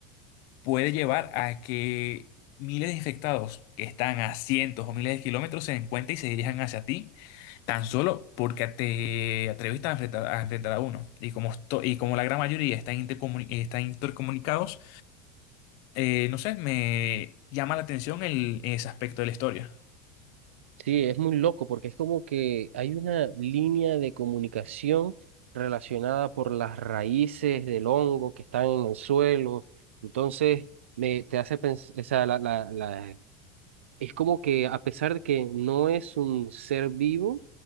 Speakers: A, on the left; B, on the right.
A: puede llevar a que miles de infectados que están a cientos o miles de kilómetros se den cuenta y se dirijan hacia ti, tan solo porque te atreviste a enfrentar a, enfrentar a uno. Y como, esto- y como la gran mayoría están, intercomuni- están intercomunicados, eh, no sé, me llama la atención el, ese aspecto de la historia.
B: Sí, es muy loco porque es como que hay una línea de comunicación relacionada por las raíces del hongo que están en el suelo. Entonces, me, te hace pensar, o sea, la, la, la- es como que a pesar de que no es un ser vivo,